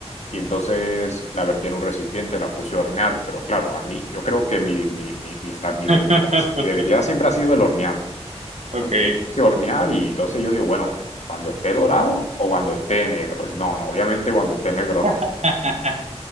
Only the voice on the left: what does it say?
y entonces la vertí en un recipiente, la puse a hornear, pero claro, a mí, yo creo que mi, mi, mi, mi, fra- mi
debilidad, mi debilidad siempre ha sido el horneado.
Cuando tienes que hornear, y entonces yo digo, bueno, cuando esté dorado o cuando esté negro. No, no, obviamente cuando esté negro no.